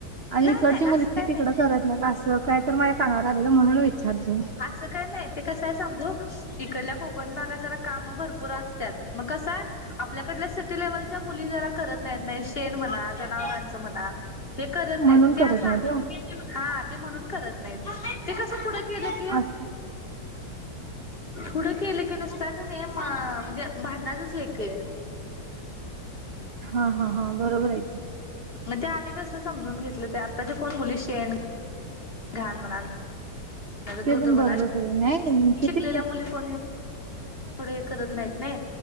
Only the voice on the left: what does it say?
नाही
नाही
असं काय
नाही.
असं काय नाही ते कसं आहे सांगू इकडल्या कोकण भागात जरा काम भरपूर असत्यात मग कस आहे आपल्याकडल्या सिटी लेव्हलच्या मुली जरा करत नाहीत नाही शेण म्हणा जनावरांच म्हणा हे करत
नाहीत ते
असं
हा ते म्हणून करत नाहीत ते कस पुढ केल कि
पूढ केलं की नुसत कने म्हणजे भांडणाचच हे कि
मग ते आम्ही कसं समजून घेतलं ते आत्ताच्या कोण मुली शेन घाण म्हणा
दुध
म्हणा
शिकलेल्या मुली कोणी येवढ हे करत नाहीत ने